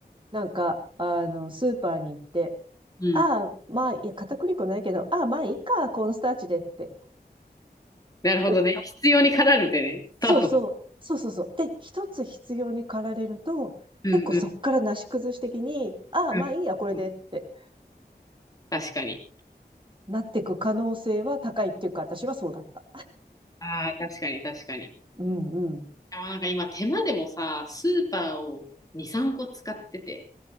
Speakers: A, on the right (about 30°); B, on the left (about 20°).
A: なんか、あの、スーパーに行って、
B: うん。
A: ああ、まあ、いや、片栗粉ないけど、ああ、まあいいか、コーンスターチでって。
B: なるほどね。
A: お、
B: 必要に駆られてね、スタートだ。
A: そうそう、そうそうそう。で、一つ必要に駆られると、
B: うんうん
A: 結構そっからなし崩し的に、ああ、
B: う
A: まあいいや、これでって
B: ん。確かに。
A: なってく可能性は高いっていうか、私はそうだった。
B: ああ、確かに確かに。
A: うんうん。
B: あ、なんか今手間でもさ、スーパーを2、3個使ってて、